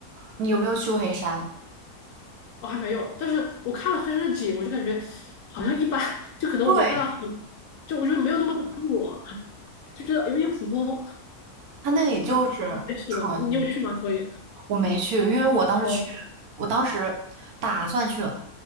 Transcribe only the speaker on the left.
我还没有。但是我看了黑山的景，我就感觉好像一般，<laughs> 就可能我没看到很，
就我觉得没有那么打动我，就觉得有点普通。<laughs>
啊，你也是吧？你有去吗？所以
哦，